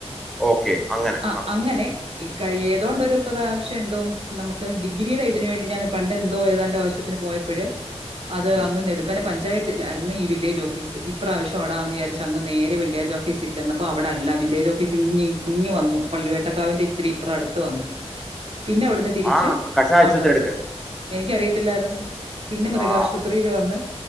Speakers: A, in the centre; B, on the right (about 55°).
A: ഓക്കേ അങ്ങനെ
B: ആ അങ്ങനെ ഈ കഴി ഏതാണ്ട് ഒര് പ്രാവശ്യം എന്തോ നമ്മക് ഡിഗ്രിടെ ഇതിനു വേണ്ടി ഞാൻ പണ്ടെന്തോ ഏതാണ്ട് ആവശ്യത്തിന് പോയപ്പഴ് അത്
A: ഉം.
B: അങ്ങ് നെടുംപന പഞ്ചായത്തിലാരുന്ന് ഈ വില്ലേ ജ് ഓഫീസ് ഇപ്രാവശ്യം അവിടാന്ന് വിചാരിച്ച് അങ്ങ് നേരെ വില്ലേജ് ഓഫീസിൽ ചെന്നപ്പം അവിടെ അല്ല വില്ലേജ് ഓഫീസ് ഇങ്ങ് ഇങ്ങ് വന്നു പള്ളി വേട്ട കാവിന്റെ ഇത്തിരി ഇപ്രം അടുത്ത് വന്ന് പിന്നെ അവിടുന്ന് തിരിച്ച്
A: ആ കഷായ ആശുപത്രി
B: അവിടെ വന്നു
A: എടുക്ക്
B: എനിക്കറിയത്തില്ലാരുന്നു പിന്നെ മൃഗാശുപത്രിയിൽ
A: ആ
B: വന്ന്